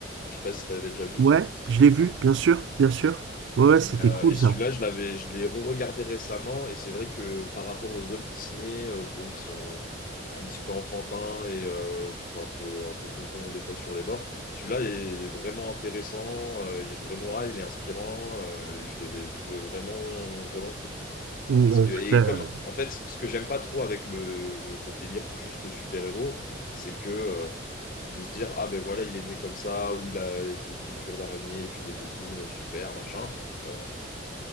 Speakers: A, on the left; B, on the right.
A: Je sais pas si tu avais déjà vu.
B: Ouais, je l'ai vu, bien sûr, bien sûr. Ouais, ouais,
A: Et,
B: c'était
A: euh,
B: cool
A: et
B: ça.
A: celui-là, je l'avais, je l'ai re-regardé récemment, et c'est vrai que par rapport aux autres Disney, euh, bon, qui sont un petit peu enfantins et euh, un peu, un peu concons des fois sur les bords, celui-là est vraiment intéressant, euh, il y a une vraie morale, il est inspirant, euh, je l'avais trouvé vraiment, vraiment cool, quoi.
B: Mm,
A: Parce
B: euh,
A: que,
B: tout
A: et
B: à-
A: comme, en fait, ce que j'aime pas trop avec le, le délire juste super-héros, c'est que... euh, de se dire, ah ben voilà, il est né comme ça, ou il a fait une piqûre d'araignée, et puis il est devenu euh, super, machin. euh,